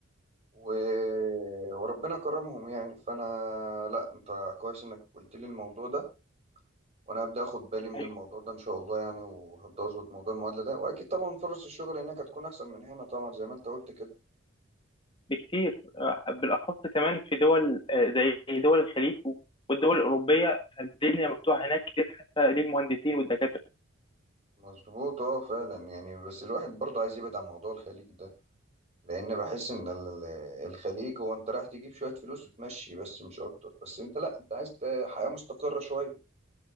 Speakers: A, on the right (about 30°); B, on the left (about 25°).
A: و... وربنا كرمهم يعني فانا لا انت كويس انك قلت لي الموضوع ده وانا هبدأ اخد بالي من
B: أيوة.
A: الموضوع ده ان شاء الله يعني وهبدأ اظبط موضوع المعادلة ده واكيد طبعا فرص الشغل هناك هتكون احسن من هنا طبعا زي ما انت قلت كده
B: بكتير آه، بالاخص كمان في دول آه، زي دول الخليج والدول الاوروبيه فالدنيا مفتوحه هناك كتير حتى للمهندسين والدكاتره
A: مظبوط اه فعلا يعني بس الواحد برضو عايز يبعد عن موضوع الخليج ده لان بحس ان ال- الخليج هو انت رايح تجيب شويه فلوس وتمشي بس مش اكتر بس انت لا انت عايز ت- حياه مستقره شويه